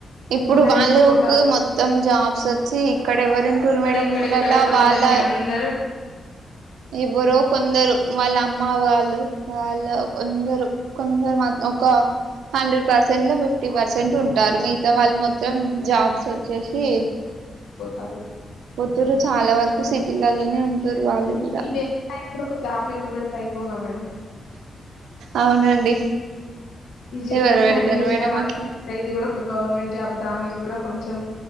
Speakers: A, on the right; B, on the left.
A: ఇప్పుడు
B: అంతా
A: వాళ్ళకు
B: ఇంచిపోతారు
A: మొత్తం జాబ్స్ వచ్చి ఇక్కడ ఎవరుంటురు
B: ఇక్కడ
A: మేడం
B: ఇక్కడ
A: ఊళ్ళలా
B: ఇక్కడ ఎవరు
A: వాళ్ళఆ
B: ఉండట్లే అందరు
A: ఎవరో కొందరు వాళ్ళ అమ్మ వాళ్ళు వాళ్ళ కొందరు కొందరు మా ఒక హండ్రె పర్సెంట్ లో ఫిఫ్టీ పర్సెంట్ ఉంటారు మీ వాళ్ళు మొత్తం జాబ్స్ వచ్చేసి
B: పోతారు
A: దరు చాలా వరకు సిటీలలోనే ఉంటురు వాళ్ళు కూడా
B: ఈ వ్యవసాయం కూడ ఒక జాబ్ లెక్కా పెడితే అయోపోవుగా మేడమ్
A: అవునండి
B: ఈజ
A: ఎవరు
B: వ్యవసాయం
A: పెడతారు
B: చేసిన
A: మేడం
B: వాళ్ళు
A: అట్లా
B: ఇది కూడా ఒక గవర్నమెంట్ జాబ్ దానికి గూడా కొంచెం